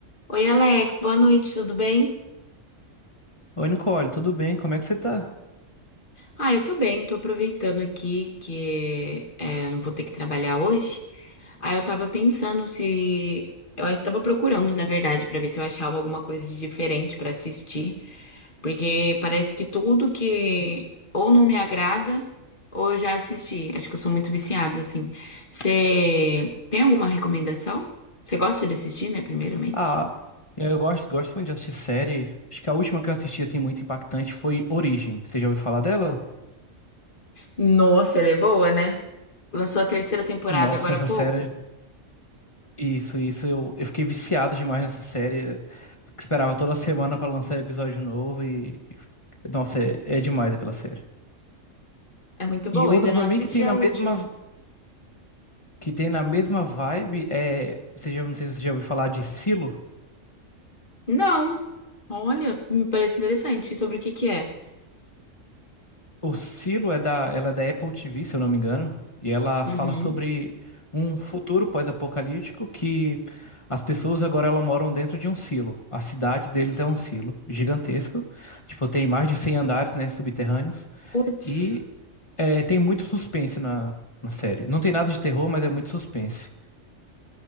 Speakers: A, on the left (about 40°); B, on the left (about 25°).
A: Oi, Alex, boa noite, tudo bem?
B: Oi, Nicole, tudo bem? Como é que você tá?
A: Ah, eu tô bem, tô aproveitando aqui que é, eu não vou ter que trabalhar hoje. Aí eu tava pensando se. Eu tava procurando, na verdade, pra ver se eu achava alguma coisa de diferente pra assistir. Porque parece que tudo que ou não me agrada ou eu já assisti. Acho que eu sou muito viciada, assim. Você tem alguma recomendação? Você gosta de assistir, né, primeiramente?
B: Ah, eu gosto, gosto muito de assistir série. Acho que a última que eu assisti, assim, muito impactante foi Origem. Você já ouviu falar dela?
A: Nossa, ela é boa, né? Lançou a terceira temporada
B: Nossa,
A: agora
B: essa
A: há pouco.
B: série. Isso, isso. Eu, eu fiquei viciado demais nessa série. Esperava toda semana pra lançar episódio novo e. Nossa, é, é demais aquela série.
A: É muito boa,
B: E outra
A: ainda não
B: também
A: assisti
B: que tem
A: a
B: na
A: última.
B: mesma, que tem na mesma vibe é. Você já, não sei se você já ouviu falar de Silo.
A: Não, olha, me parece interessante. Sobre o que que é?
B: O Silo é da, ela é da Apple TV, se eu não me engano, e ela fala
A: Uhum.
B: sobre um futuro pós-apocalíptico que as pessoas agora elas moram dentro de um silo. A cidade deles é um silo gigantesco, tipo, tem mais de 100 andares, né, subterrâneos,
A: Putz.
B: e é, tem muito suspense na, na série. Não tem nada de terror, mas é muito suspense.